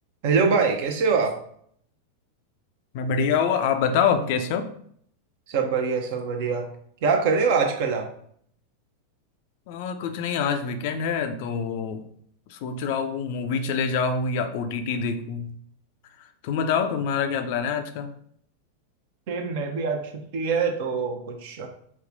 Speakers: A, on the right; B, on the left.
A: Hello भाई कैसे हो आप
B: मैं बढ़िया हूँ आप बताओ आप कैसे हो
A: सब बढ़िया सब बढ़िया क्या कर रहे हो आजकल आप
B: आ, कुछ नहीं आज वीकेंड है तो सोच रहा हूँ मूवी चले जाऊँ या ओटीटी देखूँ तुम बताओ तुम्हारा क्या प्लान है आज का
A: फिर मैं भी आज छुट्टी है तो कुछ